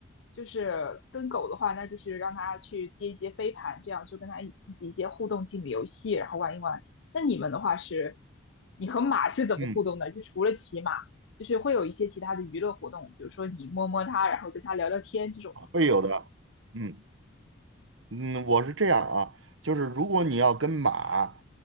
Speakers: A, on the left; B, on the right.
A: 就是跟狗的话，那就是让它去接一接飞盘，这样就跟它一起进行一些互动性的游戏，然后玩一玩。那你们的话是，你和马是怎么互动的？
B: 嗯，
A: 就除了骑马。就是会有一些其他的娱乐活动，比如说你摸摸它，然后跟它聊聊天这种吗？
B: 会有的。嗯嗯，我是这样啊，就是如果你要跟马，